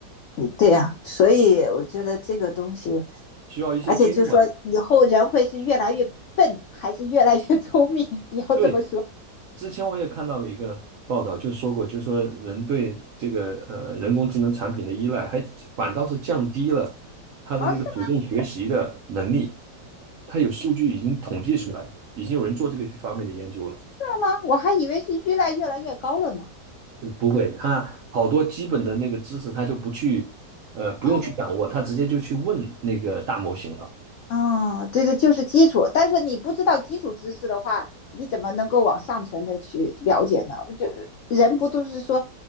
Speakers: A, on the left; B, on the right.
A: 嗯，对呀、所以我觉得这个东西，
B: 需要一些监管。
A: 而且就说以后人会是越来越笨，还是越来越 <laughs> 聪明？你要这么说，
B: 对，之前我也看到了一个报道，就说过，就说人对这个呃人工智能产品的依赖，还反倒是降低了他的那个主动学习的能力。
A: 哦，是吗？
B: 他有数据已经统计出来，已经有人做这个方面的研究了。
A: 是吗？我还以为是越来越来越高了呢。
B: 不会，他好多基本的那个知识，他就不去呃不用去掌握，
A: 哦，
B: 他直接就去问那个大模型了。
A: 哦，对对，就是基础。但是你不知道基础知识的话，你怎么能够往上层的去了解呢？我觉得人不都是说